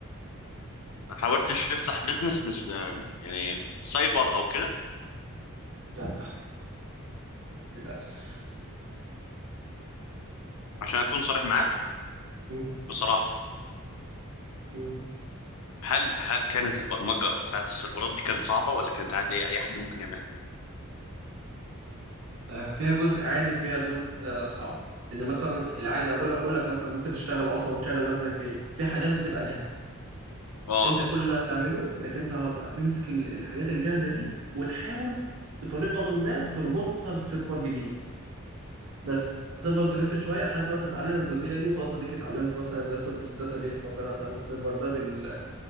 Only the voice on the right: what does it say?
لا للأسف
مم.
مم.
آه، فيها جزء عادي وفيها جزء آه، صعب لان مثلا العادي اقول اقول لك مثلا ممكن تشتغل اصلا وتشغل نفسك بايه في حاجات بتبقى جاهزه
انت كل اللي هتعمله انك انت هت- هتمسك ال- الحاجات الجاهزه دي وتحاول بطريقه ما تربطها بسيرفر جديد بس هتفضل تلف شويه لحد ما تتعلم الجزئيه دي وخلاص اديك اتعلمت مثلا ازاي تربط الداتابيس مثلا او السيرفر ده بال